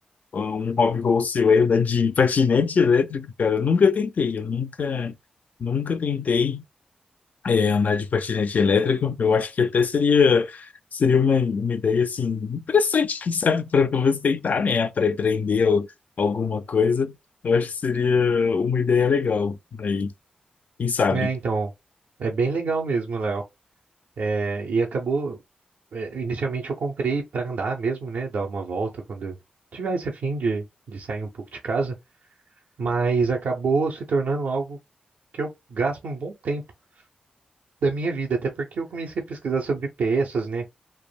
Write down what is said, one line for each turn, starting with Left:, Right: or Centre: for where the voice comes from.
Left: um hobby igual o seu aí, andar de patinete elétrico, cara. Eu nunca tentei. Eu nunca, nunca tentei é, andar de patinete elétrico, eu acho que até seria, seria uma, uma ideia assim interessante, quem sabe, para pelo menos tentar, né, para aprender al- alguma coisa. Eu acho que seria uma ideia legal aí, quem sabe.
Right: É, então, é bem legal mesmo, Léo. É, e acabou. é, inicialmente eu comprei para andar mesmo, né? Dar uma volta quando eu tivesse a fim de, de sair um pouco de casa. Mas acabou se tornando algo que eu gasto um bom tempo da minha vida, até porque eu comecei a pesquisar sobre peças, né?